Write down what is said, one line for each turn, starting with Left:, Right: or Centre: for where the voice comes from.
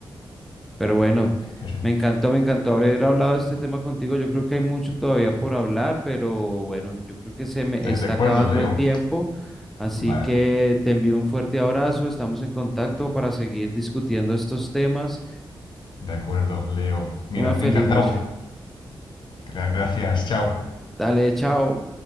Centre: Pero bueno,
Left: perfecto.
Centre: me encantó, me encantó haber hablado de este tema contigo. Yo creo que hay mucho todavía por hablar, pero bueno, yo creo que se me
Left: ¿Estás
Centre: está
Left: de acuerdo,
Centre: acabando
Left: Leo?
Centre: el tiempo. Así
Left: Vale.
Centre: que te envío un fuerte abrazo. Estamos en contacto para seguir discutiendo estos temas.
Left: De acuerdo, Leo. Mira,
Centre: Una feliz
Left: encantado.
Centre: noche.
Left: Gracias, chao.
Centre: Dale, chao.